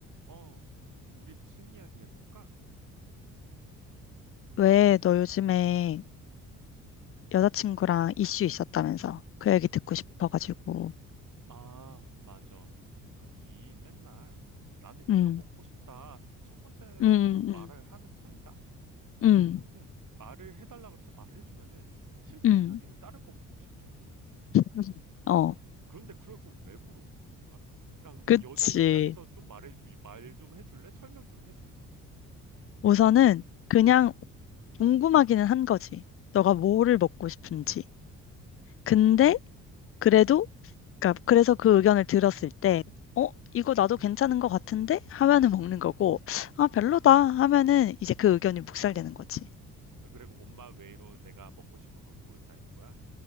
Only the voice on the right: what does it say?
어, 우리 무슨 이야기 해볼까?
아, 맞아. 그, 우리 맨날 나는 이거
먹고 싶다. 첫 번째로는
말을 하는 편이다?
근데 말을 해달라 그래서 말을 해주면은 싫대.
자기는 다른 거 먹고 싶대.
그런데 그럴 거면 왜 물어보는 거야? 나
여자 입장에서 좀 말해, 말 좀 해줄래? 설명 좀 해줘.
아, 그리고 엄마 외로 내가 먹고 싶은 거 고른다 이거야?